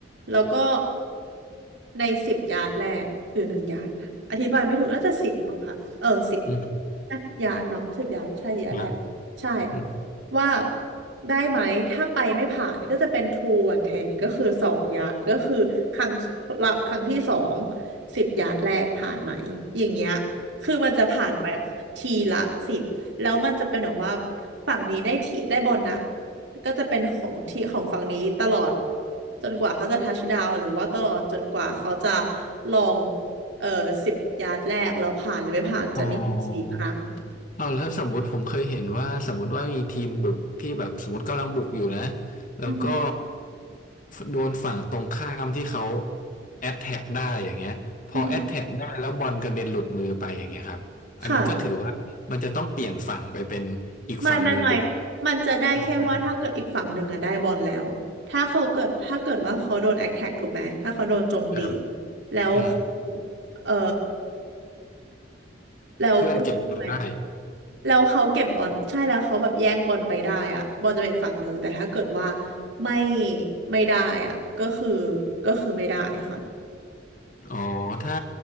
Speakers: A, on the right (about 70°); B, on the left (about 45°).
A: แล้วก็ในสิบยาร์ดแรกหรือหนึ่งยาร์ดนะอธิบายไม่ถูกน่าจะสิบมั้งค่ะเออสิบ
B: อืม
A: ยาร์ดเนาะสิบยาร์ดใช่สิบยาร์ดแรกใช่
B: ครับอืม
A: ว่าได้ไหมถ้าไปไม่ผ่านก็จะเป็น two and ten ก็คือสองยะก็คือครั้งละครั้งที่สองสิบยาร์ดแรกผ่านไหมอย่างเงี้ยคือมันจะผ่านไปทีละสิบแล้วมันจะเป็นแบบว่าฝั่งนี้ได้ทีได้บอลนะก็จะเป็นของที่ของฝั่งนี้ตลอดจนกว่าเขาจะทัชดาวหรือว่าตลอดจนกว่าเขาจะลองเอ่อสิบยาร์ดแรกแล้วผ่านหรือไม่ผ่านจะมีสี่ครั้ง
B: อ๋อ เอาแล้วสมมติผมเคยเห็นว่าสมมติว่ามีทีมบุกที่แบบสมมติกำลังบุกอยู่นะแล้วก็
A: อือฮึ
B: โดนฝั่งตรงข้ามที่เขาแอตแทกได้อย่างเงี้ยพอแอตแทกได้แล้วบอลกระเด็นหลุดมือไปอย่างเงี้ยครับอันนี้ก็ถือว่ามันจะต้องเปลี่ยนฝั่งไปเป็นอีกฝั่งหนึ่งบุก
A: อือฮึค่ะ ไม่ไม่ไม่มันจะได้แค่ว่าถ้าเกิดอีกฝั่งหนึ่งอะได้บอลแล้วถ้าเขาเกิดถ้าเกิดว่าเขาโดนแอคแท็กถูกไหมถ้าเขาโดนโจมตี
B: ออกมาครับ
A: แล้วเขา
B: อืม
A: เออแล้วเรียกว่าไงอะ
B: เพื่อนเก็บบอลได้
A: แล้วเขาเก็บบอลใช่แล้วเขาแบบแย่งบอลไปได้อะบอลจะเป็นอีกฝั่งหนึ่งแต่ถ้าเกิดว่าไม่ไม่ได้อะก็คือก็คือไม่ได้ค่ะ
B: อ๋อถ้า